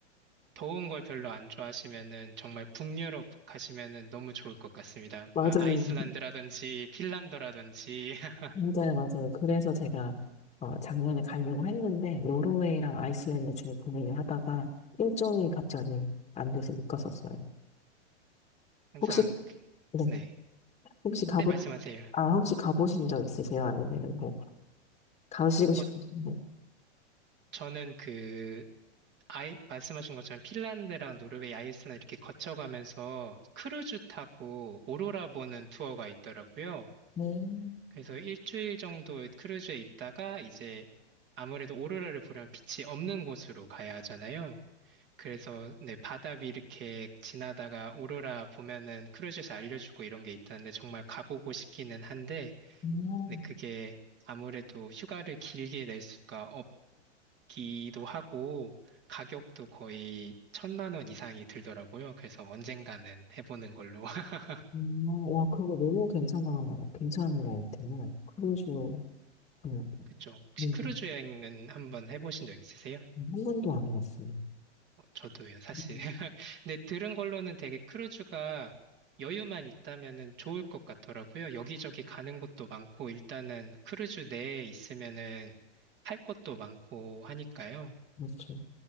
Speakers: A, on the right (about 30°); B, on the left (about 20°).
A: 더운 걸 별로 안 좋아하시면은 정말 북유럽 가시면은 너무 좋을 것 같습니다.
B: 맞아요.
A: 아, 아이슬란드라든지 핀란드라든지 <laughs>
B: 맞아요, 맞아요. 그래서 제가 어, 작년에 가려고 했는데, 노르웨이랑 아이슬란드 중에 고민을 하다가 일정이 갑자기 안 돼서 못 갔었어요.
A: 항상,
B: 혹시,
A: 그-
B: 네.
A: 네.
B: 혹시 가보,
A: 네, 말씀하세요.
B: 아, 혹시 가보신 적 있으세요? 아니면 뭐, 가시고 싶으신데?
A: 어, 저는 그, 아이, 말씀하신 것처럼 핀란드랑 노르웨이, 아이슬란드 이렇게 거쳐가면서 크루즈 타고 오로라 보는 투어가 있더라고요.
B: 네.
A: 그래서 일주일 정도 크루즈에 있다가 이제 아무래도 오로라를 보려면 빛이 없는 곳으로 가야 하잖아요. 그래서 네, 바다 위 이렇게 지나다가 오로라 보면은 크루즈에서 알려주고 이런 게 있다는데 정말 가보고 싶기는 한데
B: 음,
A: 네, 그게 아무래도 휴가를 길게 낼 수가 기도 하고 가격도 거의 천만 원 이상이 들더라고요. 그래서 언젠가는 해보는 걸로. <laughs>
B: 음, 와, 그거 너무 괜찮아, 괜찮은 것 같아요. 크루즈, 네,
A: 그쵸. 혹시
B: 네,
A: 크루즈
B: 네.
A: 여행은 한번 해보신 적 있으세요?
B: 한 번도 안 해봤어요.
A: 어, 저도요, 사실.
B: 음,
A: <laughs> 근데 들은 걸로는 되게 크루즈가 여유만 있다면은 좋을 것 같더라고요. 여기저기 가는 곳도 많고 일단은 크루즈 내에 있으면은 할 것도 많고 하니까요.
B: 그렇죠.